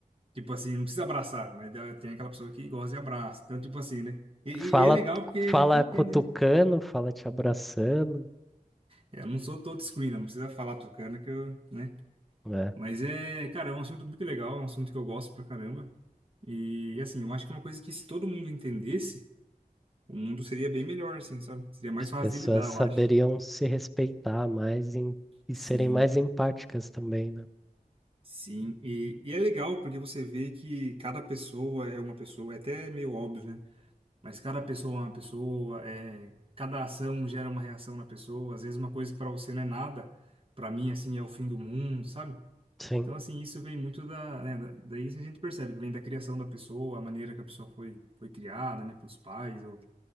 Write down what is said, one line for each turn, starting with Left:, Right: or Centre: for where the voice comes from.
Right: Tipo assim, não precisa abraçar, mas dá- tem aquela pessoa que gosta de abraço. Então, tipo assim, né? E, e-
Centre: Fala,
Right: e é legal porque a
Centre: fala
Right: gente entende,
Centre: cutucando,
Right: né?
Centre: fala te abraçando,
Right: É, Eu não sou todo screen, não precisa falar tocando que eu, né?
Centre: né?
Right: Mas é, cara, é um assunto muito legal, é um assunto que eu gosto pra caramba. E assim, eu acho que é uma coisa que se todo mundo entendesse, o mundo seria bem melhor, assim, sabe? Seria mais
Centre: As
Right: fácil
Centre: pessoas
Right: de lidar,
Centre: saberiam
Right: eu acho.
Centre: se respeitar mais em- e
Right: Sim,
Centre: serem mais empáticas também, né?
Right: sim. E, e é legal porque você vê que cada pessoa é uma pessoa, é até meio óbvio, né? Mas cada pessoa é uma pessoa, é, cada ação gera uma reação na pessoa. Às vezes uma coisa que pra você não é nada, pra mim, assim, é o fim do mundo, sabe?
Centre: Sim,
Right: Então, assim, isso vem muito da, né, da- daí a gente percebe que vem da criação da pessoa, a maneira que a pessoa foi, foi criada, né, pelos pais ou,